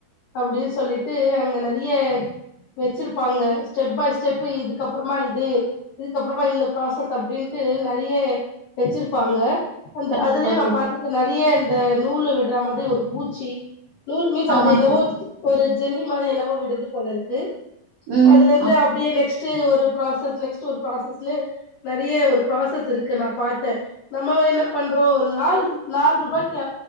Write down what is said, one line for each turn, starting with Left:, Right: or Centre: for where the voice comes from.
Left: அப்டின்னு சொல்லிட்டு அங்கநா. நெறைய வெச்சிருப்பாங்க ஸ்டெப் பை ஸ்டெபு இதுக்கப்புறமா இது இதுக்கப்புறமா இந்த ப்ராசஸ். அப்டின்ட்டு நறைய வெச்சிருப்பாங்க. அந்த
Right: கண்டிப்பா
Left: அதுலயு நா
Right: தோழி
Left: பாத்திருக்கே நறைய. இந்த நூலு விட்றா மாதி ஒரு பூச்சி. நூல் மீன்ஸ்
Right: ஆமா
Left: அது என்னவோ.
Right: தோழி
Left: ஒரு ஜெல்லி மாரி என்னவோ விடுது போலயிருக்கு.
Right: ம்
Left: அதுல இருந்து
Right: ஆமா
Left: அப்டியே நெக்ஸ்ட். டு ஒரு ப்ராசஸ் நெக்ஸ்ட் ஒரு ப்ராசஸ்லே நெறைய ஒரு ப்ராசஸ் இருக்கு நா பாத்தே நம்ம என்ன பண்றோ ஒரு நால்று நால் ரூபாய்க்கு